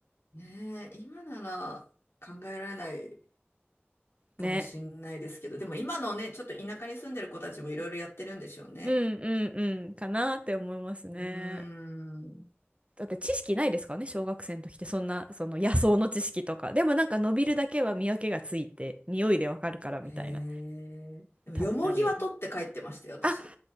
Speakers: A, on the left; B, on the right.
A: ねえ、今なら考えられない
B: <laughs>
A: かもしんないですけど、
B: ね
A: でも今のね、ちょっと田舎に住んでる子たちもいろいろやってるんでしょうね。
B: うんうんうんかなって思いますね
A: うーん。
B: だって知識ないですからね小学生の時ってそんなその野草の知識とかでもなんか伸びるだけは見分けがついて匂いでわかるからみたいな
A: へえ。でも、
B: 食べたり
A: よもぎは取って帰ってましたよ、私。
B: あ